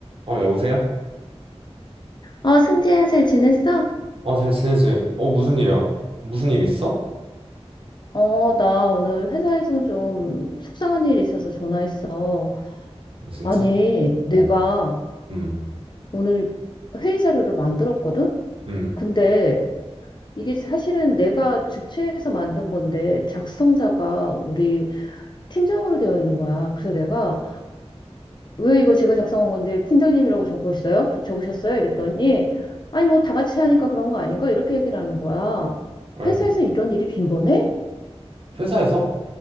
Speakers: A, on the right; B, on the left.
A: 어, 여보세요?
B: 어, 승재야, 잘 지냈어?
A: 어, 잘 지내지? 어, 무슨 일이야? 무슨 일 있어?
B: 어, 나 오늘 회사에서 좀 속상한 일이 있어서 전화했어.
A: 어, 진짜?
B: 아니, 내가
A: 어, 음,
B: 오늘 회의 자료를 만들었거든?
A: 음,
B: 근데 이게 사실은 내가 주최해서 만든 건데 작성자가 우리 팀장으로 되어 있는 거야. 그래서 내가 왜 이거 제가 작성한 건데 팀장님이라고 적어 있어요? 그- 적으셨어요? 이랬더니 아니, 뭐 다 같이 하니까 그런 거 아닌가? 이렇게 얘기를 하는 거야.
A: 아이고.
B: 회사에서 이런 일이 빈번해?
A: 회사에서?